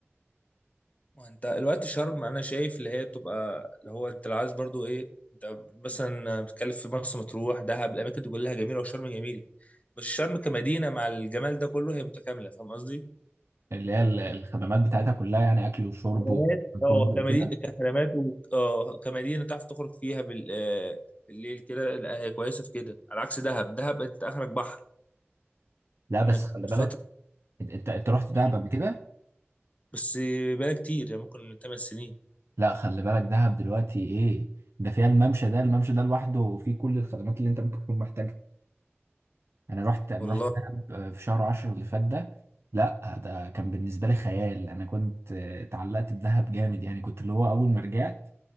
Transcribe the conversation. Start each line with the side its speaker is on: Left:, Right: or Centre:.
Left: وانت الوقت شرم انا شايف اللي هي بتبقى اللي هو انت لو عايز برضو ايه انت مثلا بتتكلم في مرسى مطروح دهب الاماكن دي كلها جميله وشرم جميله بس شرم كمدينه مع الجمال ده كله هي متكامله فاهم قصدي
Right: اللي هي ال- الخدمات بتاعتها كلها يعني اكل وشرب
Left: خدمات
Right: وفندق
Left: اه كمدينة
Right: وكده
Left: كخدمات و- اه كمدينة تعرف تخرج فيها بال آه، بالليل كده لا هي كويسة في كده على عكس دهب دهب انت اخرك بحر
Right: لا
Left: انك
Right: بس خلي بالك
Left: فترة
Right: انت انت أنت رحت دهب
Left: مم.
Right: قبل كده؟
Left: بس بقى كتير يعني ممكن من 8 سنين
Right: لا خلي بالك دهب دلوقتي ايه ده فيها الممشى ده الممشى ده لوحده فيه كل الخدمات اللي انت ممكن تكون محتاجها انا رحت انا
Left: والله
Right: رحت دهب آه، في شهر عشرة اللي فات ده لا ده كان بالنسبة لي خيال انا كنت آه، اتعلقت بدهب جامد يعني كنت اللي هو اول ما رجعت